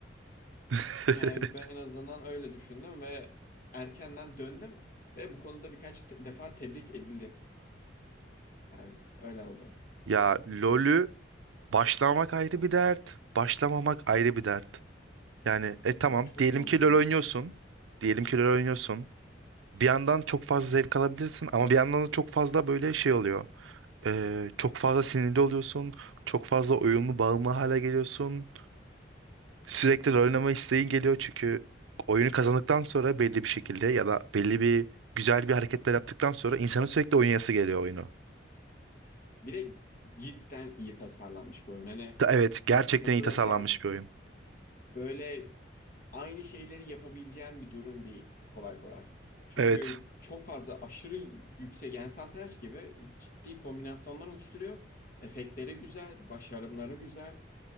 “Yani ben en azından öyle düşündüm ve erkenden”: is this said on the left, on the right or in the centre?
Left